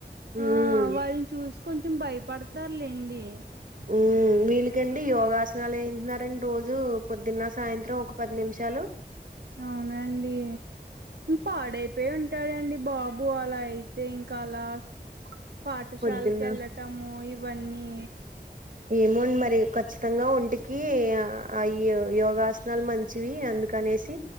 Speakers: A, on the right; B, on the right.
A: ఉమ్
B: ఆ వాల్ చూసి కొంచెం భయపడతారులేండి
A: మ్మ్ వీళ్ళకండి యోగాసనాలు వేయితూన్నారండి రోజు పొద్దున సాయంత్రం ఒక పది నిమిషాలు హమ్
B: అవునాండి పాడై అదే అంటాడండీ బాబు అలా అయితే ఇంకా అలాస్ పాఠశాలకి
A: పొద్దున్న
B: వెళ్ల టం ఇవి అన్నీ
A: ఏమోండి మరి ఖచ్చితంగా ఒంటికి అయ్యో యోగాస్ నాలు మంచివి అందుకనేసి